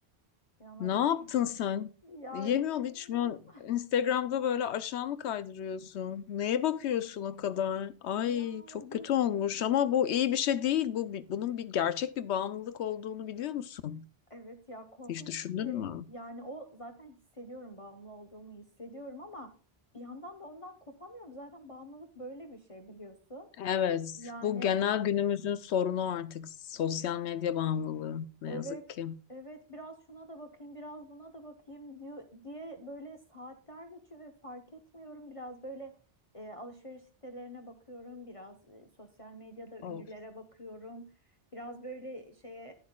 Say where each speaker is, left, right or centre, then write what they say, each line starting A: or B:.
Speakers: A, on the left; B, on the left.
A: İnanabiliyor
B: Ne yaptın
A: musun?
B: sen?
A: Yani
B: Yemiyorsun,
A: bilmiyorum.
B: içmiyorsun.
A: <laughs>
B: Instagram'da böyle aşağı mı kaydırıyorsun? Neye bakıyorsun o kadar? Ay
A: Ya
B: çok kötü
A: Yeşim,
B: olmuş ama bu iyi bir şey değil. Bu bi- bunun bir gerçek bir bağımlılık olduğunu biliyor musun?
A: evet ya korkunç
B: Hiç düşündün
A: bir şey.
B: mü?
A: Yani o zaten hissediyorum bağımlı olduğumu hissediyorum ama bir yandan da ondan kopamıyorum. Zaten bağımlılık böyle bir şey biliyorsun.
B: Evet,
A: Yani
B: bu genel günümüzün sorunu artık sosyal medya bağımlılığı ne
A: Evet,
B: yazık ki.
A: evet biraz şuna da bakayım, biraz buna da bakayım diyor diye böyle saatler geçiyor ve fark etmiyorum. Biraz böyle e, alışveriş sitelerine bakıyorum, biraz e, sosyal medyada ünlülere
B: Of,
A: bakıyorum. Biraz böyle şeye